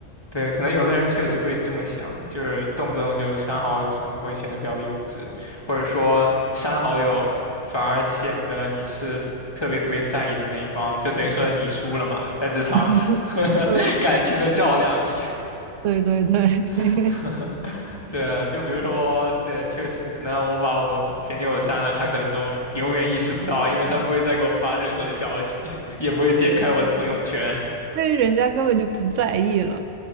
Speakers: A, on the left (about 20°); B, on the right (about 80°).
A: 对，可能有的人确实会这么想，就是动不动就删好友什么的，会显得比较幼稚，或者说删好友反而显得你是特别特别在意的那一方，就等于说你输了嘛，在这场
B: <laughs>
A: <laughs> 感情的较量里。
B: 对对对对，<laughs>
A: <laughs>
B: 对
A: 对，就比如说，对，确实，可能我把我女前女友删了，她可能都永远意识不到，因为她不会再给我发任何的消息，也不会点开我的朋友圈。
B: 因为人家根本就不在意了。